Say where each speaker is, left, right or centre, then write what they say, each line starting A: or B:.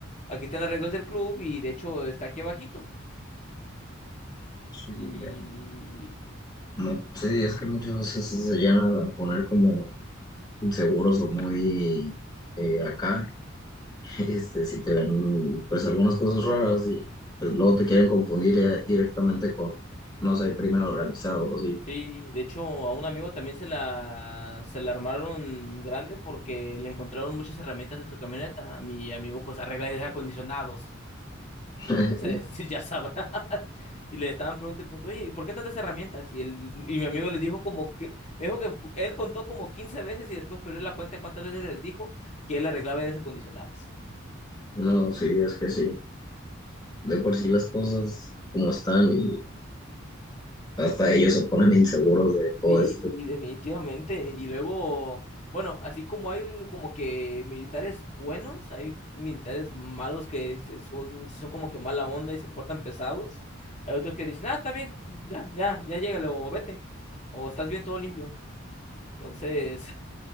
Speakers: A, on the left (about 35°); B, on the left (about 20°).
A: aquí están las reglas del club y de hecho está aquí abajito.
B: sí,
A: Y
B: diría, no, sí, es que muchas veces sí se llegan a poner como inseguros o muy eh, acá, <laughs> este, si te ven pues algunas cosas raras y pues luego te quieren confundir eh, directamente con no sé, crimen organizado, sí.
A: sí, de hecho, a un amigo también se la, se la armaron grande porque le encontraron muchas herramientas en su camioneta. Mi amigo pues arregla aires acondicionados.
B: <laughs>
A: Entonces, <laughs> ya sabrás. Y le estaban preguntando, y preguntando, oye, ¿y por qué tantas herramientas? Y, el, y mi amigo les dijo como que, me dijo que él contó como 15 veces y después perdió la cuenta de cuántas veces les dijo que él arreglaba aires acondicionados.
B: No, sí, es que sí. De por sí las cosas como están y hasta ellos se ponen inseguros de todo
A: Y,
B: esto.
A: y definitivamente. Y luego, bueno, así como hay como que militares buenos, hay militares malos que se- son, son como que mala onda y se portan pesados. Hay otros que dicen, ah, está bien, ya, ya, ya llégale o vete. O estás bien, todo limpio. Entonces,